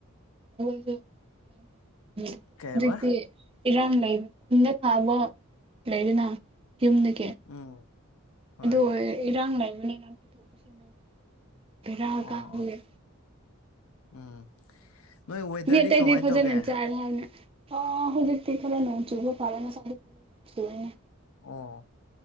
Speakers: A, on the right; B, on the left.
A: <unintelligible>
B: ꯀꯩꯕ
A: ꯍꯨꯖꯤꯛꯇꯤ ꯏꯔꯥꯡ ꯂꯩꯕ ꯈꯨꯟꯗ ꯊꯥꯕ ꯂꯩꯗꯅ ꯌꯨꯝꯗꯒꯤ
B: ꯎꯝ ꯍꯣꯏ
A: ꯑꯗꯣ ꯑꯣꯏ ꯏꯔꯥꯡ ꯂꯩꯕꯅꯤꯅ ꯄꯨꯊꯣꯛ ꯄꯨꯁꯤꯟꯗꯣ ꯕꯦꯔꯥ
B: ꯑꯣ ꯑꯣ
A: ꯀꯥꯕꯒꯤ
B: ꯎꯝ ꯅꯣꯏ ꯋꯦꯗꯔꯗꯤ
A: ꯃꯤ ꯑꯇꯩꯗꯤ
B: ꯀꯃꯥꯏꯅ
A: ꯐꯖꯅ
B: ꯇꯧꯒꯦ
A: ꯆꯥꯔꯦ ꯍꯥꯏꯅ ꯑꯣ ꯍꯧꯖꯤꯛꯇꯤ ꯈꯔ ꯅꯣꯡ ꯆꯨꯕ ꯐꯔꯦ ꯉꯁꯥꯏꯗꯤ ꯐꯖꯅ ꯆꯨꯔꯦꯅꯦ
B: ꯑꯣ